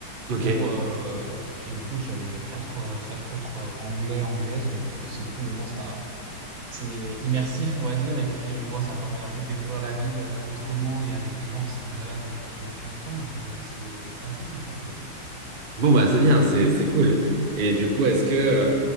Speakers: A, on the right (about 35°); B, on the right (about 55°).
A: ok.
B: pour euh, et du coup je suis avec euh, quatre euh, quatre autres euh, anglais anglaises donc euh, c'est cool au moins ça c'est immersif on va dire et puis euh, bon ça permet un peu de découvrir la ville euh, autrement et avec des gens qui sont déjà là depuis depuis longtemps donc euh, c'est c'est assez kiffant pour le coup
A: Bon, bah, c'est bien, c'est c'est cool. Et du coup, est-ce que, euh,